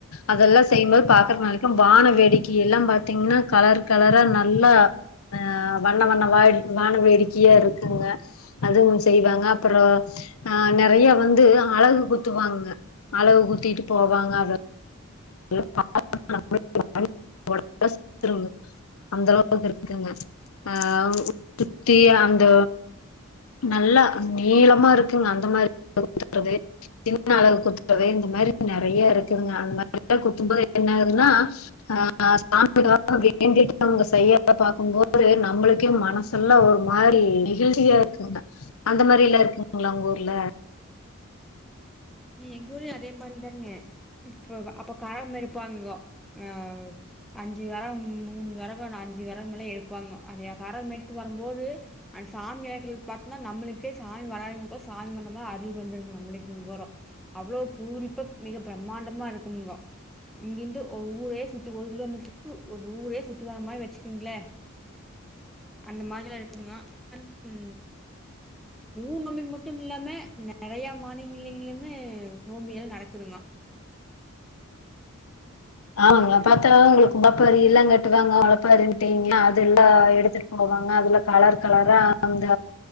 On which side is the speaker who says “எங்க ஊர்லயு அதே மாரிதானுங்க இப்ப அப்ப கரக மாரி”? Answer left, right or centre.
Centre